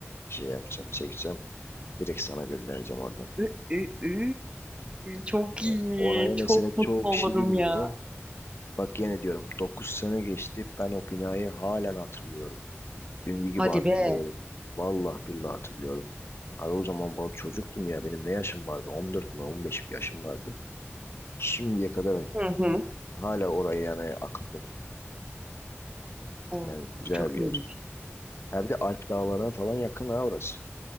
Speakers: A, on the left; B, on the right.
A: şey yapacağım, çekeceğim. Direkt sana göndereceğim oradan.
B: Ü- ü- ü. Çok
A: Ee,
B: iyi.
A: Oraya mesela
B: Çok mutlu
A: çoğu kişi
B: olurum
A: bilmiyor.
B: ya.
A: Bak yine diyorum 9 sene geçti. Ben o binayı halen hatırlıyorum. Dün gibi
B: Hadi
A: hatırlıyorum.
B: be.
A: Vallahi billahi hatırlıyorum. Abi o zaman ben çocuktum ya. Benim ne yaşım vardı? 14 mü On beş bir yaşım vardı. Şimdiye kadar
B: Hı hı.
A: hala orayı yani aklımda tut.
B: Oo,
A: Yani güzel
B: çok
A: bir
B: iyiymiş.
A: yer. Ha bir de Alp dağlarına falan yakın ha orası.